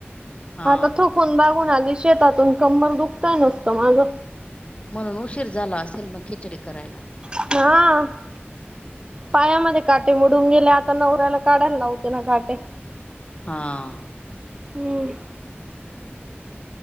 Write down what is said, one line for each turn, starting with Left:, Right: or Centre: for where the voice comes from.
Left: हा
Right: आता थकून बागून आली शेतातून. कंबर दुखतय नुसतं माझं.
Left: म्हणून उशीर झाला असेल मग खिचडी करायला.
Right: हा. पायामध्ये काटे मोडून गेले आता नवऱ्याला काढायला लावते ना काटे.
Left: हां.
Right: हम्म.